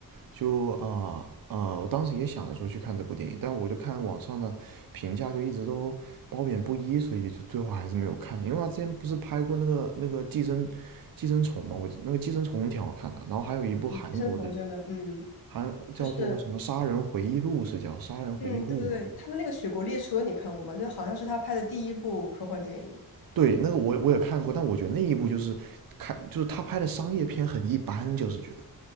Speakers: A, on the right; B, on the left.
A: 就啊啊、呃呃我当时也想着说去看这部电影，但我就看网上的评价就一直都褒贬不一，所以就最后还是没有看。因为他之前不是拍过那个那个寄生寄生虫嘛，我那个寄生虫挺好看的，然后还有一部韩国的，
B: 啊。寄生虫真的，嗯，
A: 韩叫做什么《杀人回忆录》是叫《杀人回忆录》吗？
B: 就是。嗯，对对对，他的那个《雪国列车》你看过吗？那好像是他拍的第一部科幻电影。
A: 对，那个我我也看过，但我觉得那一部就是看就是他拍的商业片很一般，就是觉得。